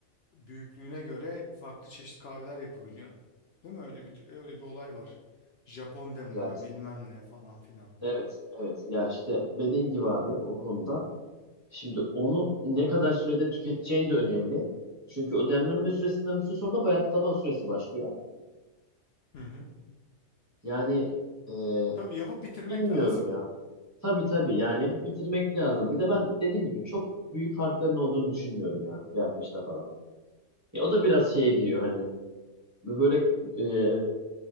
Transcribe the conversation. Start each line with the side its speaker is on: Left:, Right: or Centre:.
Left: büyüklüğüne göre farklı çeşit kahveler yapabiliyorsun. Değil mi? Öyle bir öyle bir olay var. Japon demleme
Right: Ya t-
Left: bilmem ne falan filan.
Right: evet evet. Ya işte dediğin gibi abi o konuda. Şimdi onu ne kadar sürede tüketeceğin de önemli. Çünkü o demlenme süresinden bir süre sonra da bayatlama süresi başlıyor.
Left: Hı hı.
Right: Yani eee,
Left: Tabii yapıp bitirmek
Right: Bilmiyorum
Left: lazım.
Right: ya. Tabii tabii yani yapıp bitirmek lazım. Bir de ben dediğim gibi çok büyük farkların olduğunu düşünmüyorum ya yapmışta falan. Ya o da biraz şeye giriyor hani böyle e,